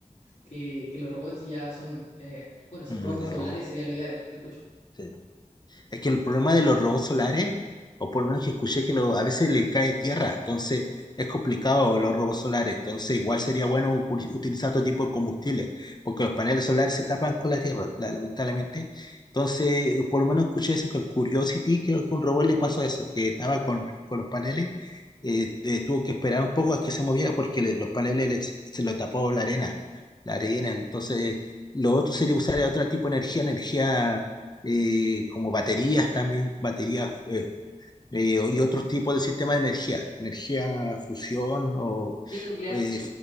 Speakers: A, on the left (about 50°); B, on the left (about 30°).
A: que, que los robots ya son, eh, bueno, son
B: Mm,
A: robots
B: De
A: solares
B: robo.
A: sería lo ideal, te escucho.
B: Sí. Es que el problema de los robots solares, o por lo menos que escuché que lo- a veces le cae tierra, entonces es complicado los robots solares. Entonces igual sería bueno u- utilizar otro tipo de combustibles, porque los paneles solares se tapan con la tierra, la- lamentablemente. Entonces, por lo menos escuché eso, que el Curiosity, creo que un robot le pasó eso, que estaba con, con los paneles, eh, eh, tuvo que esperar un poco a que se moviera porque le- los paneles le- se lo tapó la arena, la arena. Entonces, lo otro sería usar otro tipo de energía, energía eh, como baterías también, baterías eh, eh, y otros tipos de sistemas de energía, energía fusión o
A: Sí, nuclear
B: eh,